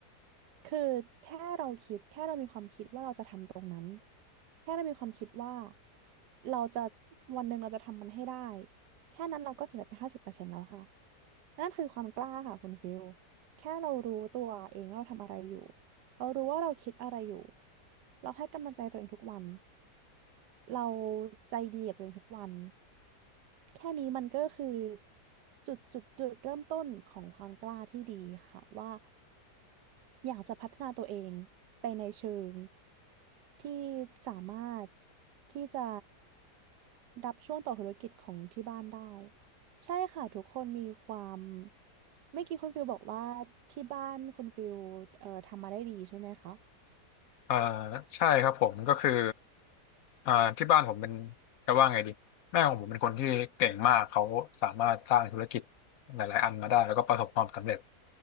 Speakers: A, on the right (about 90°); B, on the left (about 65°).
A: คือแค่เราคิดแค่เรามีความคิดว่าเราจะทำตรงนั้นแค่เรามีความคิดว่าเราจะวันหนึ่งเราจะทำมันให้ได้แค่นั้นเราก็สำเร็จไปห้าสิบเปอร์เซ็นต์แล้วค่ะนั่นคือความกล้าค่ะคุณฟิลแค่เรารู้ตัวเองว่าเราทำอะไรอยู่เรารู้ว่าเราคิดอะไรอยู่เราให้กำลังใจตัวเองทุกวันเราใจดีกับตัวเองทุกวันแค่นี้มันก็คือจุดจุดจุดเริ่มต้นของความกล้าที่ดีค่ะว่า อยากจะพัฒนาตัวเองไปในเชิงที่สามารถที่จะรับช่วงต่อธุรกิจของที่บ้านได้ใช่ค่ะทุกคนมีความเมื่อกี้คุณฟิลบอกว่าที่บ้านคุณฟิลเอ่อทำมาได้ดีใช่ไหมคะ
B: อ่าใช่ครับผมก็คืออ่าที่บ้านผมเป็นจะว่าไงดีแม่ของผมเป็นคนที่เก่งมากเขาสามารถสร้างธุรกิจหลายๆอันมาได้แล้วก็ประสบความสำเร็จ